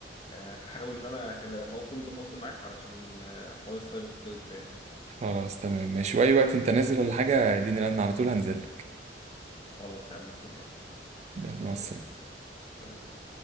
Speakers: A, on the left; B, on the right.
A: آه، هحاول ان انا أكل- اكون متواصل معاك علشان آه، حوار السايبر سكيورتي ده يعني
B: خلاص تمام ماشي واي وقت انت نازل ولا حاجة اديني رن على طول هنزل لك
A: خلاص يا عم استناك
B: يلا مع السلامة
A: ايش سلام